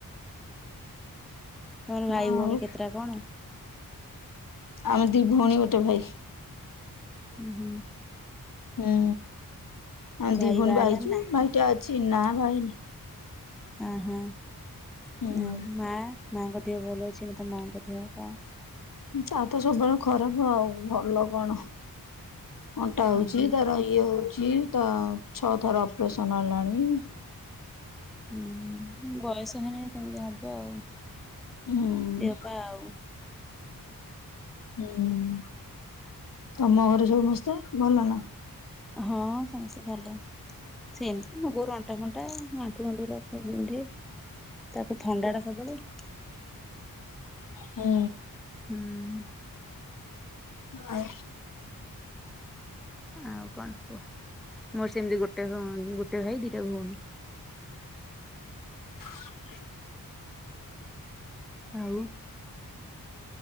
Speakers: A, in the centre; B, on the left (about 65°).
A: ତମର
B: ନା
A: ଭାଇ ଭଉଣୀ
B: ଆଉ
A: କେତେଟା କଣ?
B: ଆମେ ଦି ଭଉଣୀ ଗୋଟେ ଭାଇ।
A: ହୁଁ ହୁଁ
B: ହୁଁ ଆ
A: ଭାଇ
B: ଦି ଭଣୀ
A: ବାହା
B: ବାଇଚୁ
A: ହେଲାଣି ନା?
B: ଭାଇଟା। ଚିନା ଭାଇନି
A: ହ ହୁ
B: ହୁଁ।
A: ଆମ ମାଆଙ୍କ ଦେହ ଭଲ ଅଛି ନା ତ ମାଆଙ୍କ ଦେହ ପା
B: ଚା ତ ସବୁବେଳେ ଖରାପ ଆଉ ଭଲ କଣ? ଅଣ୍ଟା ହଉଛି
A: ଓହୋ
B: ତାର ଇଏ ହଉଛି ତ। ଛଅ ଥର ଅପରେସନ ଆଲାଣି।
A: ହୁଁ ବୟସ ହେନ ସେମିତି ହବ। ହ
B: ହୁଁ
A: ଦେହ ପା ଆଉ।
B: ହୁଁ ତମ ଘରେ ସମବୁସ୍ତେ ଭଲ ନା।
A: ହଁ ସମସ୍ତ ଭ ସେମତି ମୋ ବୋଉ ଅଣ୍ଟା ଫଣ୍ଟା ଆଣ୍ଠୁ ଫଣ୍ଟୁ ଗୁରା ବିନ୍ଧେ ତା ପରେ ଥଣ୍ଡା ଟା ସବଲେ <inaudible>
B: ହୁଁ।
A: ହୁଁ।
B: ଆଉ
A: ଆଉ କଣ କୁହ ମୋର ସେମିତି ଗୋଟେ ଭଉ ଗୋଟେ ଭାଇ ଦି ତେ ଭଉଣୀ
B: ହ <inaudible>
A: ଆଉ